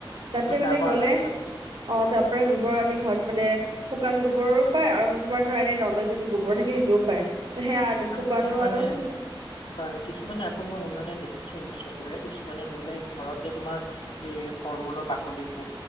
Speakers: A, on the right; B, on the left.
A: তাতে মানে
B: তাৰ পৰা
A: গ'লে
B: আনেগে মানে
A: অ তাৰ পৰাই গোবৰ আনি ঘৰত মানে শুকান গোবৰো পায় আৰু তোমাৰ ধৰা এনে নৰ্মেল যিটো গোবৰ থাকে সেইটোও পায় ত সেয়া
B: আকৌ
A: শুকানো
B: কিছুমানে
A: আনো
B: হয় হয় কিছুমানে আকৌ মই হ মানে দেখিছো নিজ চকুৰে কিছুমানে ধৰি লোৱা এই ঘৰত যে তোমাৰ দিয়ে ফল-মূলৰ বাকলি